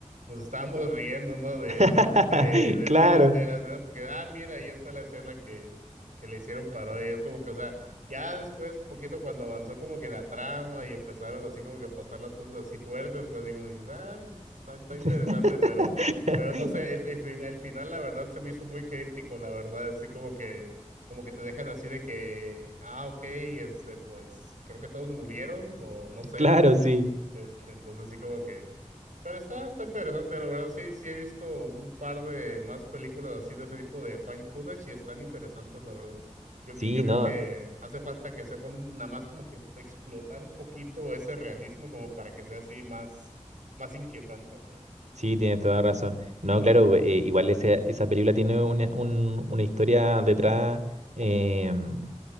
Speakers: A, on the right; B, on the right.
A: nos estábamos riendo, ¿no? De,
B: <laughs>
A: del- de, de,
B: Claro.
A: de las de las escenas, porque, ah, mira, ahí está la escena que, que le hicieron parodia. y Es como que, o sea, ya después, poquito cuando avanzó como que la trama y empezaron así como que a pasar las cosas así fuertes, pues así como dijiste, ah, pues, está, está
B: <laughs>
A: interesante, pero, pero no sé, el, el, fi- el final, la verdad, se me hizo muy críptico, la verdad, así como que como que te dejan así de que, ah, ok, este, pues creo que todos murieron, o no sé.
B: Claro,
A: <laughs>
B: sí.
A: Este, entonces sí como que, pero está, está interesante, la verdad. Sí, sí he visto un par de más películas así de ese tipo de find footage y están interesantes, la verdad. Yo,
B: Sí,
A: yo creo
B: no,
A: que hace falta que sepan un- nada más como que explotar un poquito ese realismo como para que sea así más, más inquietante, ¿no?
B: Sí, tienes toda la razón. No,
A: Ujú.
B: claro, eh, igual esa, esa película tiene una, un- una historia detrás, em,